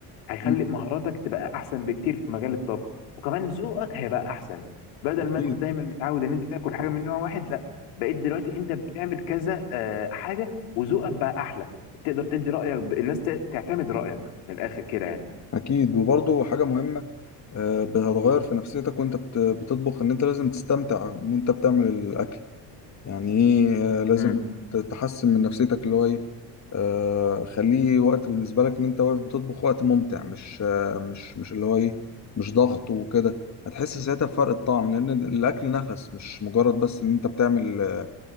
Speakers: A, on the left; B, on the left.
A: هيخلي
B: مم،
A: مهاراتك تبقى احسن بكتير في مجال الطبخ وكمان ذوقك هيبقى احسن بدل
B: اكيد
A: ما انت دايما متعود ان انت تاكل حاجه من نوع واحد لا بقيت دلوقتي انت بتعمل كذا آه، حاجه وذوقك بقى احلى تقدر تدي رايك ب- الناس ت- تعتمد رايك من الاخر كده يعني
B: اكيد وبرضه حاجه مهمه آه، هتغير في نفسيتك وانت بت- بتطبخ ان انت لازم تستمتع وانت بتعمل الاكل يعني ايه آه، لازم
A: امم
B: ت- تحسن من نفسيتك اللي هو ايه آه، خليه وقت بالنسبه لك ان انت واقف بتطبخ وقت ممتع مش آه، مش مش اللي هو ايه مش ضغط وكده هتحس ساعتها بفرق الطعم لان الاكل نفس مش مجرد بس ان انت بتعمل آه،